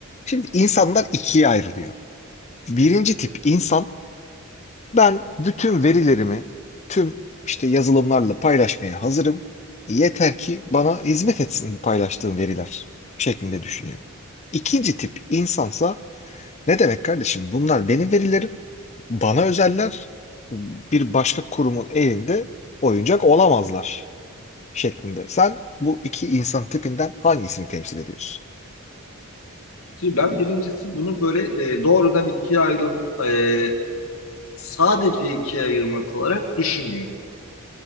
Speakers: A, on the left; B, on the left.
A: Şimdi insanlar ikiye ayrılıyor. Birinci tip insan ben bütün verilerimi tüm işte yazılımlarla paylaşmaya hazırım. E, Yeter ki bana hizmet etsin bu paylaştığım veriler şeklinde düşünüyor. İkinci tip insansa ne demek kardeşim bunlar benim verilerim, bana özeller, bir başka kurumun elinde oyuncak olamazlar şeklinde. Sen bu iki insan tipinden hangisini temsil ediyorsun?
B: Şimdi ben birincisi bunu böyle e, doğrudan ikiye ayrıl e, sadece ikiye ayırmak olarak düşünmüyorum.